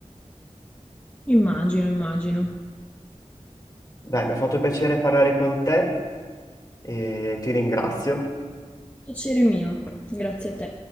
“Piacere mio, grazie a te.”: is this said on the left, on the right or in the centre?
Left